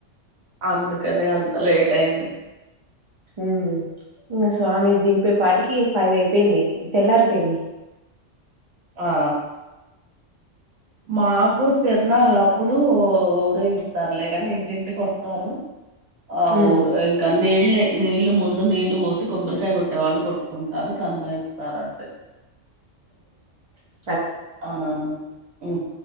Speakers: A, on the right (about 70°); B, on the right (about 50°).
A: అందుకని అంత లేట్ అయింది
B: ఉ ఇ స్వామి దంపేటికి ఫైవ్ అయి పెన్నిి ఇంత ఎలారు పన్నిి
A: ఆ మాకు తిరనళ్ళప్పుడు ఉరే ఇస్తారులేగాని ఇంటింటికి వస్తారు ఆ
B: ఉమ్
A: ఊరు ఇంకా నీళ్ళే నీళ్లు ముందు నీళ్లు పోసి కొబ్బరికాయ కొట్టేవాళ్ళు కొట్టుకుంటారు చందా ఇస్తారంతే
B: ఆ
A: ఆ హు